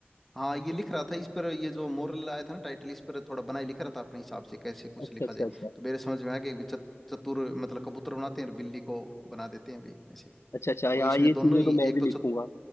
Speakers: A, in the centre; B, on the left.
A: हाँ ये लिख रहा था इस पर ये जो मोरल आया था ना टाइटल इस पर थोड़ा बनाए लिख रहा था अपने हिसाब से कैसे कुछ
B: अच्छा
A: लिखा
B: अच्छा
A: जाए
B: अच्छा
A: तो मेरे समझ में आ गया कि चत, चतुर मतलब कबूतर बनाते हैं और बिल्ली को बना देते हैं भाई ऐसे
B: अच्छा अच्छा
A: तो
B: यहाँ
A: इसमें
B: ये
A: दोनों
B: चीजें
A: ही
B: तो मैं
A: एक
B: भी
A: तो
B: लिखूंगा
A: चत,